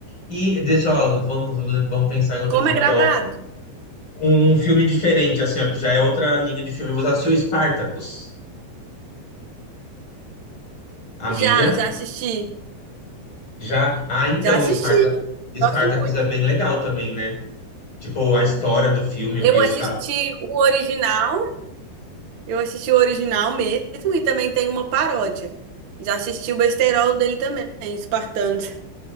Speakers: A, on the left (about 30°); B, on the right (about 65°).
A: E deixa eu, vamos, vamos pensar em outro
B: Como
A: filme
B: é
A: que
B: gravado?
A: eu um filme diferente, assim, ó, que já é outra linha de filme. Você assistiu Spartacus, amiga?
B: Já, já assisti.
A: Já. Ah, então,
B: Já assisti.
A: Sparta... Spartacus
B: Gosto muito.
A: é bem legal também, né? Tipo, a história do filme, o
B: Eu
A: que os
B: assisti
A: caras.
B: o original, eu assisti o original mesmo e também tem uma paródia. Já assisti o besterol dele também, Espartanos.